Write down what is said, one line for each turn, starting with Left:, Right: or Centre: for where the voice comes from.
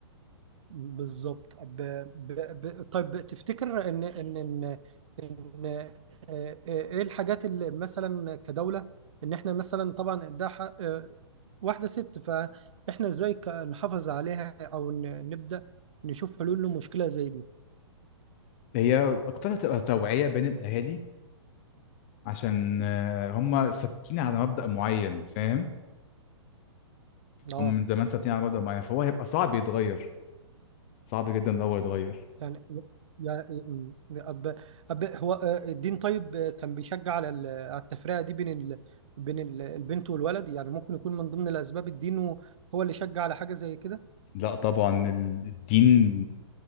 Right: بالظبط ب... ب... ب... طيب تفتكر ان ان ان, إن... آه، آه، ايه الحاجات اللي مثلا كدولة ان احنا مثلا طبعا ده حق آه، واحدة ست فاحنا ازاي ك- نحافظ عليها او ن- نبدأ نشوف حلول لمشكلة زي دي
Left: هي اكتر هتبقى توعيه بين الاهالي عشان آه، هم ثابتين على مبدأ معين فاهم
Right: اه
Left: هم من زمان ثابتين على مبدأ معين فهو هيبقى صعب يتغير صعب جدا لو هو يتغير
Right: يعني يا م- أب... أب... هو آه، الدين طيب آه، كان بيشجع على ال- على التفرقه دي بين ال... بين ال- البنت والولد يعني ممكن يكون من ضمن الاسباب الدين هو هو اللي شجع على حاجه زي كده
Left: لا طبعا الدين